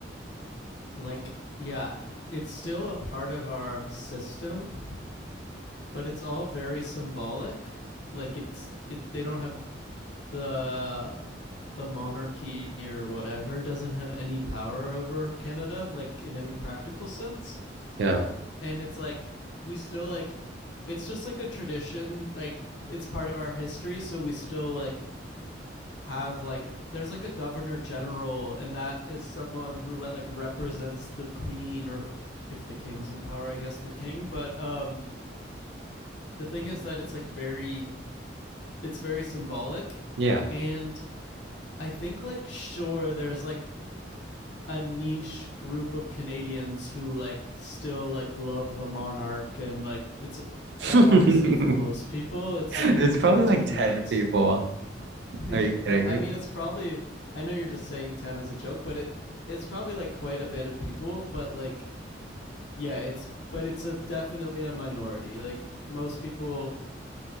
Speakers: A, on the left; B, on the right.
A: like yeah, it's still a part of our system, but it's all very symbolic. Like it's it they don't have the the monarchy or whatever doesn't have any power over Canada like in any practical sense.
B: Yeah.
A: And it's like we still like it's just like a tradition, like it's part of our history, so we still like have like there's like a governor general and that is someone who like represents the queen or if the king's in power i guess the king but um the thing is that it's like very it's very symbolic
B: Yeah.
A: and i think like sure there's like a niche group of canadians who like still like love the monarch and like it's
B: <laughs>
A: but honestly for most people it's
B: It's
A: like
B: probably
A: they do
B: like
A: not
B: 10 people.
A: <laughs>
B: Are you kidding
A: Uh, I
B: me?
A: mean, it's probably. I know you're just saying ten as a joke, but it it's probably like quite a bit of people. But like, yeah, it's but it's a definitely a minority. Like most people